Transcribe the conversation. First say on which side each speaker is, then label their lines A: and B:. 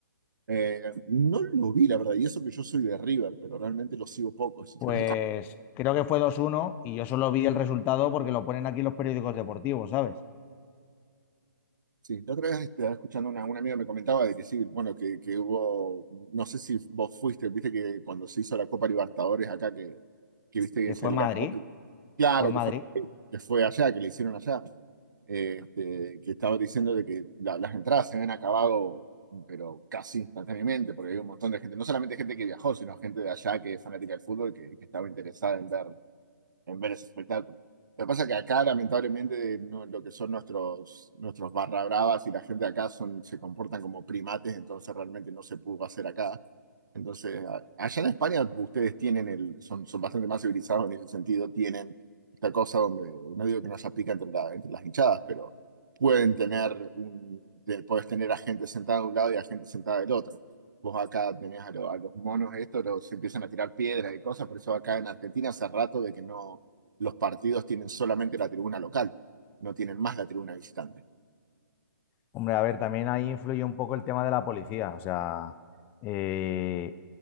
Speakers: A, on the right; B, on the left.
A: Eh, no lo vi, la verdad, y eso que yo soy de River, pero realmente lo sigo poco, <laughs>
B: Pues creo que fue dos uno y yo solo vi el resultado porque lo ponen aquí los periódicos deportivos, ¿sabes?
A: Sí, la otra vez estaba escuchando una, un amigo me comentaba de que sí, bueno, que, que hubo, no sé si vos fuiste, viste que cuando se hizo la Copa Libertadores acá, que, que viste que
B: Eh,
A: es
B: fue
A: el
B: Madrid,
A: ganador, claro,
B: fue Madrid.
A: que fue, que fue allá, que le hicieron allá, eh, este, que estaba diciendo de que la- las entradas se habían acabado, pero casi instantáneamente, porque hay un montón de gente, no solamente gente que viajó, sino gente de allá que es fanática del fútbol, que, que estaba interesada en ver en ver ese espectáculo. Lo que pasa es que acá, lamentablemente, no- lo que son nuestros, nuestros barra bravas y la gente de acá son, se comportan como primates, entonces realmente no se pudo hacer acá. Entonces, a- allá en España ustedes tienen el, son, son bastante más civilizados en ese sentido, tienen esta cosa donde, no digo que no se pica entre, la- entre las hinchadas, pero pueden tener un, te- puedes tener a gente sentada de un lado y a gente sentada del otro. Vos acá tenés a, lo- a los monos estos, los se empiezan a tirar piedras y cosas, por eso acá en Argentina hace rato de que no, los partidos tienen solamente la tribuna local, no tienen más la tribuna visitante.
B: Hombre, a ver, también ahí influye un poco el tema de la policía, o sea, eh,